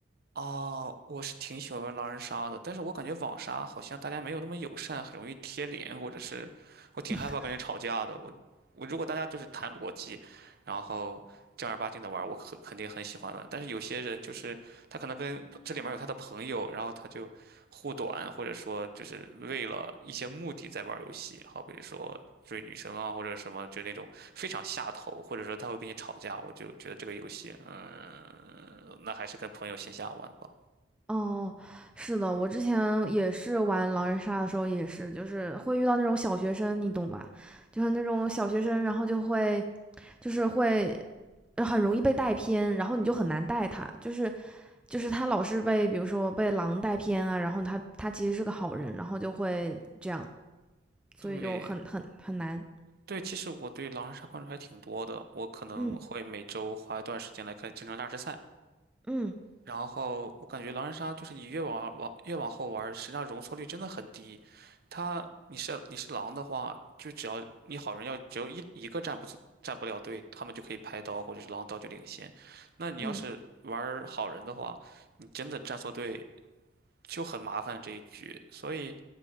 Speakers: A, on the right; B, in the centre.
A: 哦，我是挺喜欢玩狼人杀的，但是我感觉网杀好像大家没有那么友善，很容易贴脸，或者是我挺害怕跟人吵架的。
B: <laughs>
A: 我我如果大家就是谈逻辑，然后正儿八经的玩，我肯肯定很喜欢玩。但是有些人就是他可能跟这里面有他的朋友，然后他就护短，或者说就是为了一些目的在玩游戏，好比如说。追女生啊，或者什么，就那种非常下头，或者说他会跟你吵架，我就觉得这个游戏，嗯，那还是跟朋友线下玩吧。
B: 哦，是的，我之前也是玩狼人杀的时候，也是就是会遇到那种小学生，你懂吧？就是那种小学生，然后就会就是会呃很容易被带偏，然后你就很难带他，就是就是他老是被比如说被狼带偏啊，然后他他其实是个好人，然后就会这样，所以就很很很难。
A: 对对，其实我对狼人杀关注还挺多的，我可能会每周花一段时间来看京城大师赛，
B: 嗯嗯
A: 然后我感觉狼人杀就是你越往往越往后玩儿，实际上容错率真的很低。他你是你是狼的话，就只要你好人要只有一一个站不住站不了队，他们就可以拍刀或者是狼刀就领先。那你要是玩儿好人的话，
B: 嗯
A: 你真的站错队就很麻烦这一局。所以